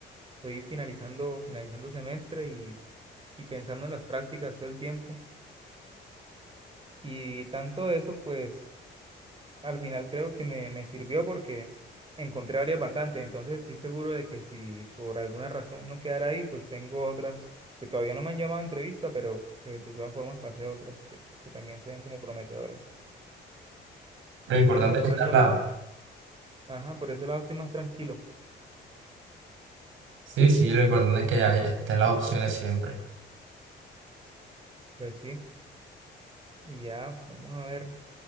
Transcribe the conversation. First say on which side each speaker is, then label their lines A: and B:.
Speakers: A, on the right; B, on the right.
A: estoy finalizando, finalizando semestre y pensando en las prácticas todo el tiempo. Y tanto de eso, pues al final creo que me, me sirvió porque encontré varias vacantes, entonces estoy seguro de que si por alguna razón no quedara ahí, pues tengo otras que todavía no me han llamado a entrevista, pero pues, de todas formas pasé otras que, que también se ven como prometedoras.
B: Lo
A: Entonces,
B: importante
A: pues por
B: es que están
A: ese
B: las...
A: lado, ajá, por ese lado estoy más tranquilo.
B: Sí, sí, lo importante es que haya- estén las opciones siempre.
A: Pues sí, y ya, vamos a ver,